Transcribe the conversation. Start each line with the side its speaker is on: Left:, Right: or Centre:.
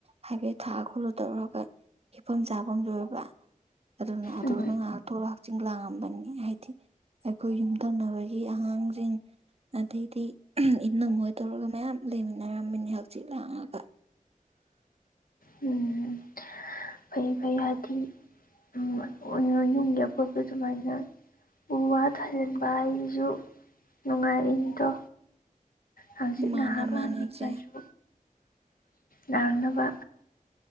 Right: ꯍꯥꯏꯐꯦꯠ ꯊꯥ ꯈꯣꯠꯜꯂ ꯇꯧꯔꯒ ꯍꯤꯐꯝ ꯆꯥꯐꯝ ꯑꯣꯏꯕ ꯑꯗꯨꯅ ꯑꯗꯨꯗ
Left: ꯎꯝ
Right: ꯉꯥꯍꯥꯛ ꯊꯣꯛꯂꯛꯑ ꯍꯛꯆꯤꯡ ꯂꯥꯡꯉꯝꯕꯅꯤ ꯍꯥꯏꯗꯤ ꯑꯩꯈꯣꯏ ꯌꯨꯝꯊꯪꯅꯕꯒꯤ ꯑꯉꯥꯡꯖꯤꯡ ꯑꯗꯩꯗꯤ ꯏꯟꯅꯝ ꯍꯣꯏ ꯇꯧꯔꯒ ꯃꯌꯥꯝ ꯂꯩꯃꯤꯟꯅꯔꯝꯃꯤꯅꯤ ꯍꯛꯆꯤꯠ ꯂꯥꯡꯉꯒ
Left: ꯎꯝ ꯐꯩꯌꯦ ꯐꯩ ꯍꯥꯏꯗꯤ ꯎꯝ <unintelligible> ꯌꯨꯝꯒꯤ ꯑꯄꯣꯠꯄ ꯁꯨꯃꯥꯏꯅ ꯎ ꯋꯥ ꯊꯥꯖꯤꯟꯕ ꯍꯥꯏꯖꯤꯖꯨ ꯅꯨꯡꯉꯥꯏꯔꯤꯅꯤꯗꯣ ꯍꯥꯡꯆꯤꯠ
Right: ꯃꯥꯅ
Left: ꯉꯍꯥꯛ
Right: ꯃꯥꯅꯁꯦ
Left: ꯂꯥꯡꯅꯤꯡꯉꯁꯨ ꯂꯥꯡꯅꯕ